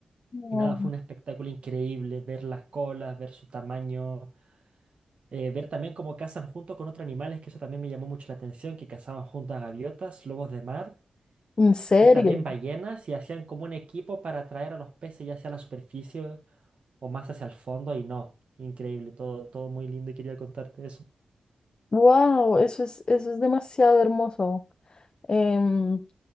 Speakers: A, on the left; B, on the right.
A: No.
B: Y nada, fue un espectáculo increíble ver las colas, ver su tamaño, eh, ver también cómo cazan junto con otros animales, que eso también me llamó mucho la atención, que cazaban junto a gaviotas, lobos de mar
A: ¿En serio?
B: y también ballenas y hacían como un equipo para atraer a los peces ya hacia la superficie o más hacia el fondo y no. Increíble, todo, todo muy lindo y quería contarte eso.
A: Wow, eso es, eso es demasiado hermoso. Em,